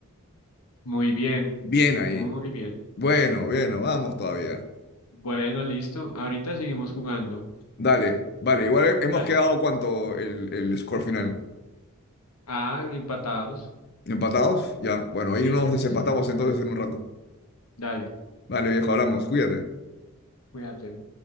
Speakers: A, on the left (about 85°); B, on the left (about 45°).
A: Muy bien,
B: Bien ahí.
A: muy bien.
B: Bueno, bueno, vamos todavía.
A: Bueno, listo. Ahorita seguimos jugando.
B: Dale,
A: ¿Listo?
B: vale, igual hemos
A: Dale.
B: quedado cuánto el, el score final.
A: Ah, empatados.
B: ¿Empatados? Ya, bueno, ahí
A: Sí,
B: nos
A: creo
B: desempatamos
A: que sí.
B: entonces en un rato.
A: Dale,
B: Vale, viejo, hablamos, cuídate.
A: cuídate.